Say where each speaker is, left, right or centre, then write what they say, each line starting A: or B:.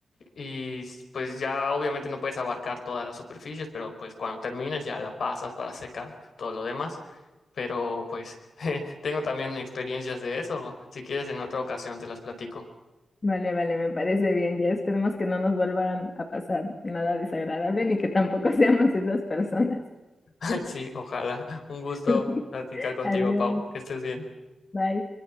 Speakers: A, on the left; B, on the left.
A: y pues ya obviamente no puedes abarcar todas las superficies, pero pues cuando termines ya la pasas para secar todo lo demás. Pero pues <laughs> je, tengo también experiencias de eso. Si quieres en otra ocasión te las platico.
B: Vale, vale, me parece bien. Ya esperemos que no nos vuelvan a pasar nada desagradable ni que tampoco <laughs> seamos esas personas.
A: <laughs> Sí, ojalá. Un gusto
B: <laughs>
A: platicar contigo,
B: Adiós,
A: Pau. Que estés bien.
B: bye.